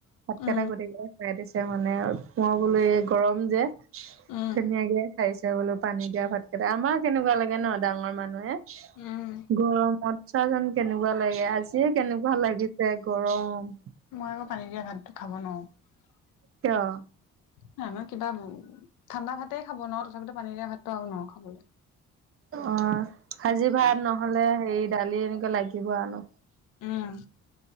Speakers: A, on the right; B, on the left.
A: ভাতকেইটা
B: উম
A: গতিকে খৰাাই দিছে মানে আৰু পুুৱাবলৈ গৰম যে
B: উম
A: ধুনীয়াকে খাইছে বোলো পানী দিয়া ভাতকেইটা আমাৰ কেনেকুৱা লাগে ন ডাঙৰ মানুহ নে
B: উম
A: গৰমত চাহ যেন কেনেকুৱা লাগে আজিয়ে কেনেকুৱা লাগিছে গৰম
B: মই আকৌ পানী দিয়া ভাতটো খাব নোৱাৰো
A: কিয়?
B: ন নহয় কিবা ঠাণ্ডা ভাতেই খাব নোৱাৰো তথাপিতো পানীৰেীয়া ভাতটো আৰু নোৱাৰ খাবলৈ
A: অ ভাজি ভাত নহলে হেৰি দালি এনেকা লাগিব আন
B: উম